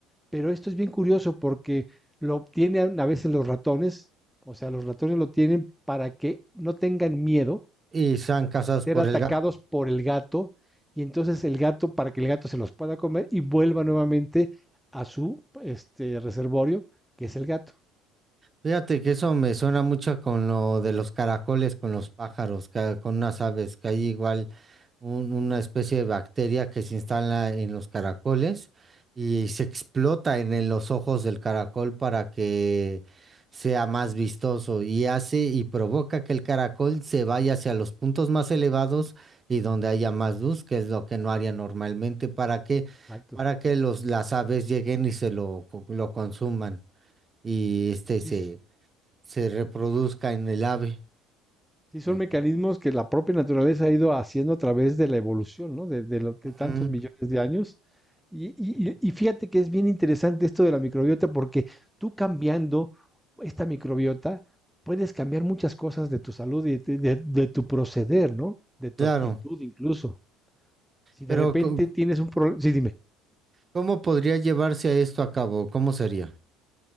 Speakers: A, in the centre; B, on the right.
A: Pero esto es bien curioso porque lo obtienen a veces los ratones, o sea, los ratones lo tienen para que no tengan miedo
B: y sean casados
A: de ser
B: por
A: atacados
B: el gato.
A: por el gato y entonces el gato para que el gato se los pueda comer y vuelva nuevamente a su este reservorio, que es el gato.
B: Fíjate que eso me suena mucho con lo de los caracoles, con los pájaros, ca- con unas aves, que hay igual un- una especie de bacteria que se instala en los caracoles y se explota en, en los ojos del caracol para que sea más vistoso y hace y provoca que el caracol se vaya hacia los puntos más elevados y donde haya más luz, que es lo que no haría normalmente, para que,
A: Exacto.
B: para que los, las aves lleguen y se lo, lo consuman y este se
A: Es
B: se reproduzca en el ave.
A: Sí, son
B: Y-
A: mecanismos que la propia naturaleza ha ido haciendo a través de la evolución, ¿no? De, de lo- de
B: Ujú,
A: tantos millones de años. Y, y- y fíjate que es bien interesante esto de la microbiota, porque tú cambiando esta microbiota, puedes cambiar muchas cosas de tu salud y de, de- de tu proceder, ¿no? De tu
B: claro,
A: actitud incluso. Si de
B: pero
A: repente
B: co-
A: tienes un problema, sí, dime.
B: ¿cómo podría llevarse esto a cabo? ¿Cómo sería?